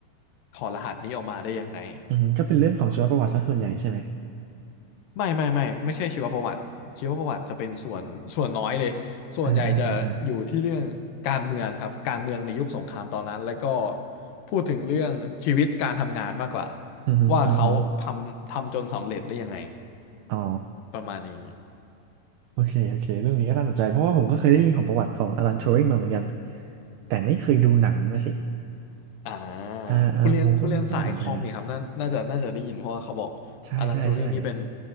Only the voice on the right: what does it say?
อือหือก็เป็นเรื่องของชีวประวัติซะส่วนใหญ่ใช่ไหม
อ่าอ่าอ่าอ่า
อือหืออือหือ
อ๋อ
โอเคโอเคเรื่องนี้ก็น่าสนใจเพราะว่าผมก็เคยได้ยินของประวัติของอลันทูริงมาเหมือนกันแต่ไม่เคยดูหนังนะสิ
อ่าอ่าโอ้โหก็น่าก็น่าสนใจนะ
ใช่ใช่ใช่